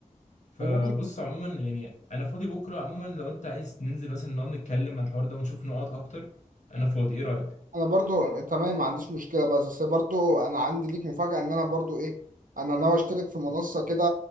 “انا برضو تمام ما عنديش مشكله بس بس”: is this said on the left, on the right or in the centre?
Right